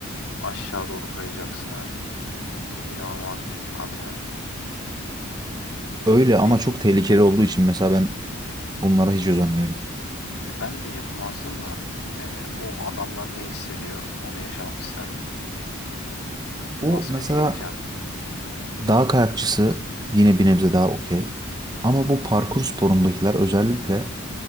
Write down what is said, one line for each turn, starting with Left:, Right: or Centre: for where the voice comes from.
Left: Aşağı doğru kayacaksın abi. İnanılmaz bir adrenalin.
Right: Öyle ama
Left: Bildiğin
Right: çok tehlikeli olduğu için mesela ben bunlara hiç özenmiyorum.
Left: e, ben de yapamazdım da. Yani o adamlar ne hissediyor onu yaşamak isterdim.
Right: Bu
Left: Nasıl
Right: mesela
Left: bir heyecan.
Right: dağ kayakçısı yine bir nebze daha okey. Ama bu parkur sporundakiler özellikle